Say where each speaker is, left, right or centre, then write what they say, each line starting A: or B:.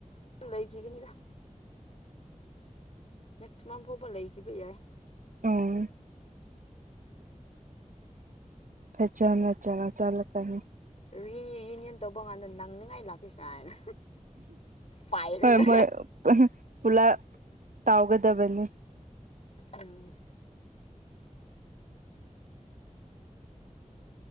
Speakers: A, on the left (about 55°); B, on the right (about 80°).
A: ꯂꯩꯈꯤꯅꯤꯗ ꯃꯦꯛꯁꯤꯃꯝ ꯐꯥꯎꯕ ꯂꯩꯈꯤꯕ ꯌꯥꯏ
B: ꯎꯝ ꯐꯖꯅ ꯆꯔ ꯆꯠꯂꯀꯅꯤ
A: ꯔꯤꯌꯨꯅꯤꯌꯟ ꯇꯧꯕ ꯀꯥꯟꯗ ꯅꯪꯅꯤꯡꯉꯥꯏ ꯂꯥꯛꯀꯦ ꯀꯥꯏꯅ ꯄꯥꯏꯔꯒ
B: ꯍꯣꯏ ꯃꯣꯏ ꯄꯨ ꯄꯨꯨꯂ ꯇꯥꯎꯒ ꯗꯕꯅꯤ
A: ꯎꯝ